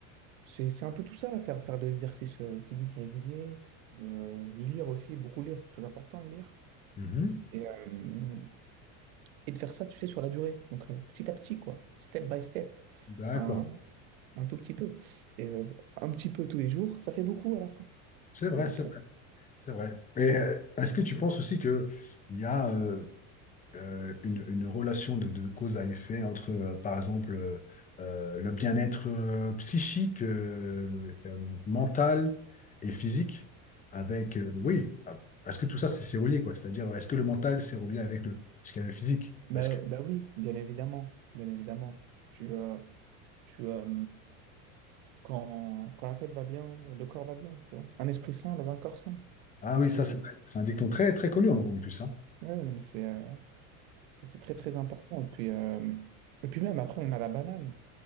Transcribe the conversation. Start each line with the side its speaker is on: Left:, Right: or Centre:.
Right: c'est c'est un peu tout ça, faire, faire de l'exercice euh, physique régulier, euh, lire aussi, beaucoup lire, c'est très important de lire.
Left: Mhm.
Right: Et, euh, et de faire ça, tu sais, sur la durée. Donc euh, petit à petit, quoi, step by step,
Left: D'accord.
Right: un, un tout petit peu. Et euh, un petit peu tous les jours, ça fait beaucoup à la fin.
Left: C'est vrai,
Right: Donc,
Left: c'est vrai,
Right: euh,
Left: c'est vrai. Et euh, est-ce que tu penses aussi que il y a, euh, euh, une, une relation de, de cause à effet entre, euh, par exemple, euh, euh, le bien-être euh, psychique, euh, euh, mental et physique, avec, euh, oui, ah, parce que tout ça, c'est c'est relié, quoi. C'est-à-dire, est-ce que le mental, c'est relié avec le, ce qu'il y a de physique?
Right: bah,
Left: Parce que,
Right: bah oui, bien évidemment, bien évidemment. Tu, euh, Tu, euh, quand, quand la tête va bien, le corps va bien, tu vois. Un esprit sain dans un corps sain.
Left: ah oui,
Right: Tu...
Left: ça, c'est vrai. C'est un dicton très, très connu, en en plus, hein.
Right: Ouais, non, mais c'est euh, c'est c'est très, très important. Et puis, euh, et puis même, après, on a la banane.